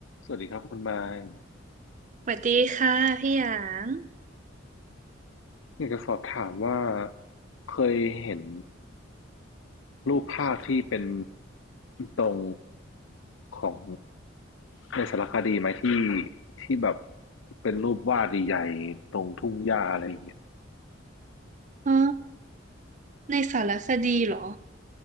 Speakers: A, on the left; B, on the right.
A: สวัสดีครับคุณไมค์
B: สวัสดีค่ะพี่หยาง
A: อยากจะสอบถามว่าเคยเห็นรูปภาพที่เป็นตรงของในสารคดีไหมที่ที่แบบเป็นรูปวาดใหญ่ๆตรงทุ่งหญ้าอะไรอย่างเงี้ย
B: อ๋อในสารคดีเหรอ